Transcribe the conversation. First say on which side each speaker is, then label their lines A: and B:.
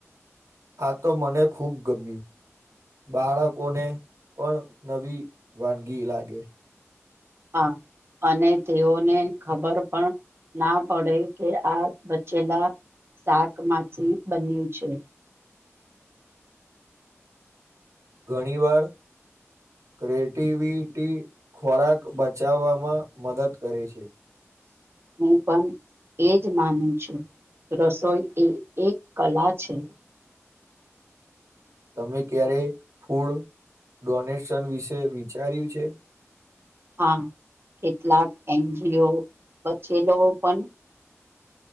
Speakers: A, on the right; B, on the right.
A: આ તો મને ખુબ ગમ્યું. બાળકોને પણ નવી વાનગી લાગે.
B: હા. અને તેઓને ખબર પણ ના પડે કે આ બચેલા શાક માંથી બન્યું છે.
A: ઘણી વાર ક્રેટિવિટી ખોરાક બચાવવામાં મદદ કરે છે.
B: હું પણ એજ માનું છું. રસોઈ એ એક કલા છે.
A: તમે ક્યારે ફૂડ ડોનેશન વિશે વિચાર્યું છે?
B: હા, કેટલાક એન જી ઓ બચેલો પણ